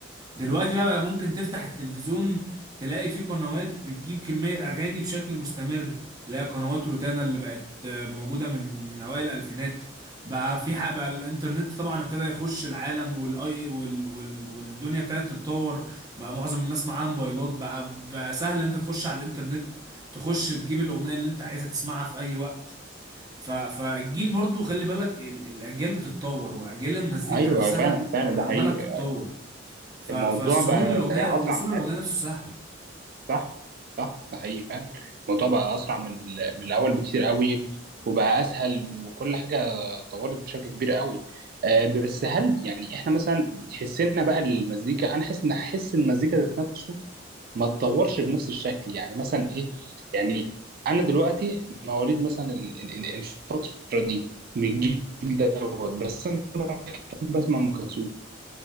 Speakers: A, on the right; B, on the right.
A: دلوقتي بقى, بقى ممكن تفتح التلفزيون تلاقي فيه قنوات بتجيب كمية أغاني بشكل مستمر اللي هي قنوات روتانا اللي بقت آه، موجودة من من أوائل الألفينات بقى في حق بقى الإنترنت طبعا ابتدى يخش العالم والأي وال وال والدنيا ابتدت تتطور بقى معظم الناس معاها موبايلات بقى بقى سهل إن أنت تخش على الإنترنت تخش تجيب الأغنية اللي أنت عايزها تسمعها في أي وقت ف فالجيل برضو خلي بالك ال- الأجيال بتتطور وأجيال المزيكا
B: ايوه
A: نفسها
B: فعلا فعلا
A: عمالة
B: ده حقيقي
A: بتتطور ف...
B: الموضوع
A: فالسهول
B: بقى
A: للاغنيه
B: سريع
A: الوصول
B: اسرع من
A: للاغنيه نفسه سهل
B: صح صح ده حقيقي فعلا الموضوع بقى اسرع من ال- من الاول بكتير قوي وبقى اسهل وكل حاجه اتطورت بشكل كبير قوي آه بس هل يعني احنا مثلا تحسنا بقى المزيكا انا حاسس ان حس المزيكا ذات نفسه ما اتطورش بنفس الشكل يعني مثلا ايه يعني انا دلوقتي مواليد مثلا ال- ال- ال- الفتره دي من الجيل دوت بس انا بحب اسمع ام كلثوم